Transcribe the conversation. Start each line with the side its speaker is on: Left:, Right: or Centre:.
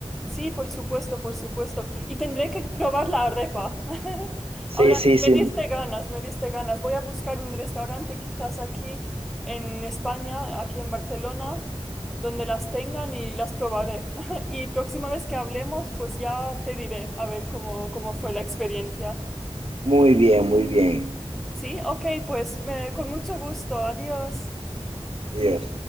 Centre: Sí, por supuesto, por supuesto. Y tendré que probar la arepa. <laughs>
Right: Sí,
Centre: Ahora
Right: sí,
Centre: me, me
Right: sí,
Centre: diste ganas, me diste ganas. Voy a buscar un restaurante quizás aquí en España, aquí en Barcelona, donde las tengan y las probaré. <laughs> Y próxima vez que hablemos, pues ya te diré a ver cómo, cómo fue la experiencia.
Right: muy bien, muy bien.
Centre: Sí, ok, pues eh, con mucho gusto. Adiós.
Right: Adiós.